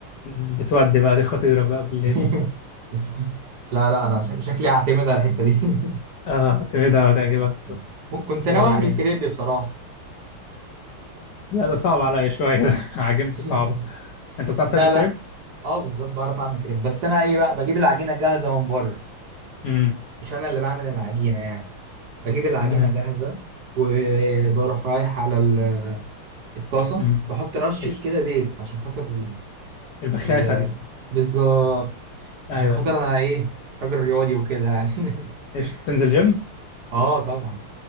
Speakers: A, on the left; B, on the right.
A: بتودي بقى دي خطيره بقى بالليل
B: <laughs> لا لا أنا شك- شكلي هعتمد على الحتة دي
A: اه كده هتعجبك
B: <laughs> كنت ناوي
A: آه.
B: أعمل كريب بصراحة
A: لا ده صعب عليا شويه <laughs> عجنته
B: <laughs>
A: صعبه انت بتعرف
B: لا
A: تعمل
B: لا
A: كريب
B: اه بالظبط بعرف اعمل كريب بس انا ايه بقى بجيب العجينه جاهزه من بره
A: امم
B: مش انا اللي بعمل العجينه يعني بجيب العجينه
A: تمام
B: جاهزه وبروح رايح على ال- الطاسه
A: امم
B: بحط رشه
A: قشطة.
B: كده زيت عشان خاطر
A: البخاخة
B: ال-
A: دي
B: بالظبط
A: ايوه
B: عشان خاطر انا ايه راجل رياضي وكده يعني
A: ايش
B: <laughs>
A: تنزل جيم
B: اه طبعا